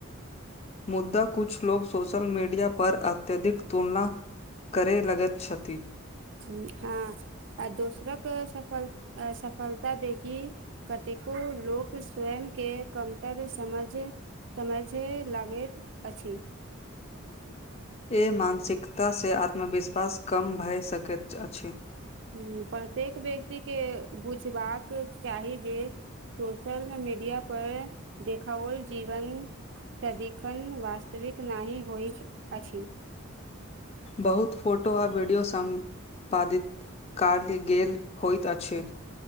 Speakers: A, on the left; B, on the right.
A: मुद्दा कुछ लोग सोशल मीडिया पर अत्यधिक तुलना करै लगत छथि
B: हूं हँ आ दोसरक सफल सफलता देखि कतेक को लोक स्वयं के कमतर समझ समझे लागे अछी
A: एह मानसिकता से आत्मविश्वास कम भए सकैत अछि
B: हूं प्रत्येक व्यक्तिे के बुझबाक चाही बे सोशल मीडिया पर देखाओल जीवन सदिखन वास्तविक नाहि होइत अछि
A: बहुत फोटो आ वीडियो सम्पादित कार पल गेल होइत अछै <unintelligible>